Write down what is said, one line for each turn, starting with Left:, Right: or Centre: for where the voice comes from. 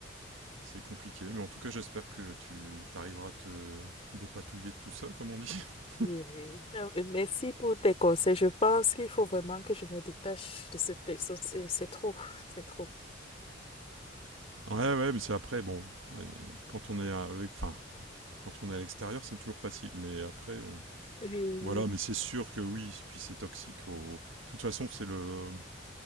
Right: c'est compliqué. Mais en tout cas, j'espère que tu arriveras à te dépatouiller de tout ça, comme on dit. <laughs>
Left: Oui, oui. Euh, Merci pour tes conseils. Je pense qu'il faut vraiment que je me détache de cette personne. C'est c'est trop, c'est trop.
Right: Ouais, ouais, mais c'est après, bon, ouais, quand on est avec, enfin, quand on est à l'extérieur, c'est toujours facile. Mais après, euh,
Left: Oui.
Right: voilà, mais c'est sûr que oui, puis c'est toxique. Au... De toute façon, c'est le,